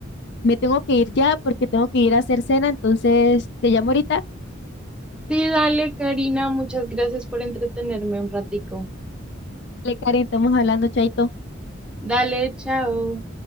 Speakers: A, on the left; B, in the centre.
A: me tengo que ir ya porque tengo que ir a hacer cena, entonces te llamo ahorita.
B: Sí, dale, Karina, muchas gracias por entretenerme un ratico.
A: Le Karen, estamos hablando, Chaito.
B: Dale, chao.